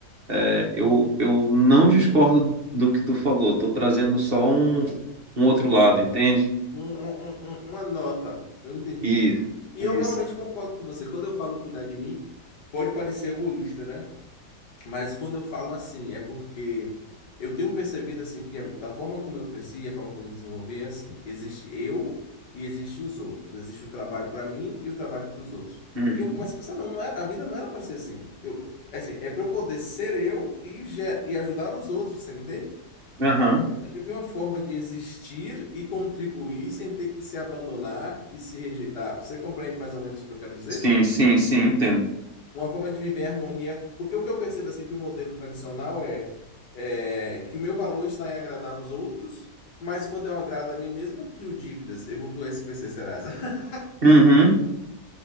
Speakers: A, on the right (about 35°); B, on the left (about 75°).
A: É, eu, eu não discordo do que tu falou, estou trazendo só um, um outro lado, entende?
B: Um- um- um- um, uma nota, eu entendi.
A: E
B: E
A: isso.
B: eu realmente concordo com você. Quando eu falo cuidar de mim, pode parecer egoísta, né? Mas quando eu falo assim, é porque eu tenho percebido assim que a, a forma como eu cresci, a forma como eu me desenvolvi é assim, existe eu e existe os outros, existe o trabalho para mim e o trabalho para os outros.
A: Uhum.
B: E eu começo a pensar, não, não é, a vida não era para ser assim. Eu, é assim, é para eu poder ser eu e, ge- e ajudar os outros, você me entende?
A: Aham.
B: É viver uma forma de existir e contribuir sem ter que se abandonar e se rejeitar. Você compreende mais ou menos o que eu quero dizer?
A: Sim, sim, sim, entendo.
B: uma forma de viver em harmonia. Porque o que eu percebo assim que o modelo tradicional é, é que o meu valor está em agradar os outros, mas quando eu agrado a mim mesmo, eu crio dívidas. Eu vou pro SPC Serasa. <laughs>
A: Uhum.